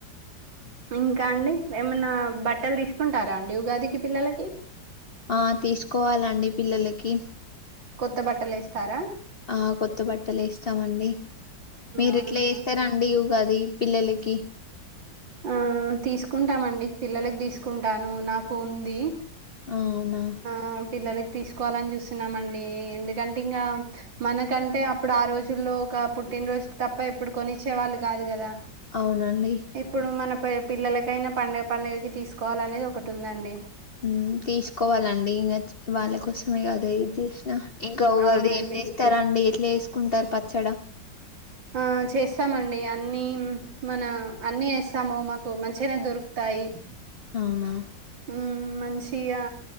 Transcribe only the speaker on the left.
ఆ తీసుకోవాలండి పిల్లలకి
ఆ కొత్త బట్టలు వేస్తామండి మీరు
ఎట్లా చేస్తారాండి ఇగాది పిల్లలకి
అవునా
అవునండి
మ్మ్ తీసుకోవాలండి ఇంక వాళ్ళ కోసమే కద ఇది చేసినా ఇంకా ఉగాది
ఏం చేస్తారండి త <unintelligible> ఉగాది పచ్చడ
అవునా